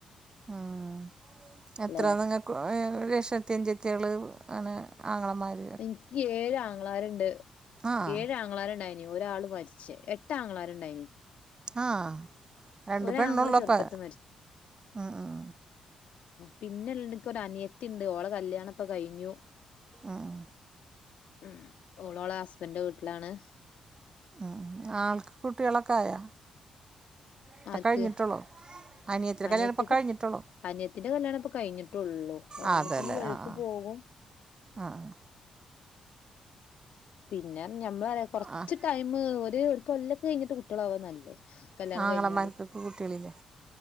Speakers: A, on the right (about 35°); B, on the left (about 65°).
A: ഉം എത്ര
B: ല്ലേ
A: നിങ്ങൾക്ക് ഏഷ്ടത്തി യഞ്ചെത്തിയേള് ആണ് ആങ്ങമാര്
B: ഇൻക്കി ഏഴ് ആങ്ങളാരുണ്ട്
A: ആഹ്
B: ഏഴ് ആങ്ങളാരുണ്ടായിന് ഒരാള് മര് ച്ച് എട്ട് ആങ്ങെളാർ ഇണ്ടായിനി
A: ആഹ് രണ്ട്
B: ഒരാങ്ങള
A: പെണ്ണുള്ളപ്പാ
B: ചെറുപ്പത്തി
A: ഹ്‌ ഹ്‌
B: പിന്നെൽക്ക്ണ്ട് ഒരു അനിയത്തി ഇണ്ട് ഓളെ കല്യാണ ഇപ്പൊ കഴിഞ്ഞു
A: ആഹ്
B: ഉം ഓളോളെ ഹസ്ബൻന്റെ വീട്ട്ലാണ്
A: ഉം ആൾക്ക് കുട്ടികളൊക്കെ ആയോ ഇപ്പൊ
B: ആർക്ക്
A: കഴിഞ്ഞിട്ടൊള്ളോ? അനിയത്തീടെ
B: അനിയത്തിക്ക്
A: കല്യാണം ഇപ്പം കഴിഞ്ഞിട്ടൊള്ളു
B: അനിയത്തിന്റെ കല്യാണം ഇപ്പൊ കഴിഞ്ഞിട്ടുള്ളൂ ഓനിപ്പം
A: ആഹ് അതെല്ലേ
B: ങ്ങി ഗൾഫ്
A: ആഹ്
B: പോകും
A: ആഹ്
B: പിന്നേന്ന് പറഞ്ഞ ഞമ്മളെർഞ്ഞാകൊറച്ച്
A: ആഹ്
B: ടൈ മ് ഒരു കൊല്ലൊക്കെ കഴിഞ്ഞിട്ട് കുട്ടികളാവാ നല്ലത് കല്യാണം
A: ആങ്ങളമാർക്കൊക്കെ
B: കഴിഞ്ഞാലും
A: കുട്ടികളില്ലേ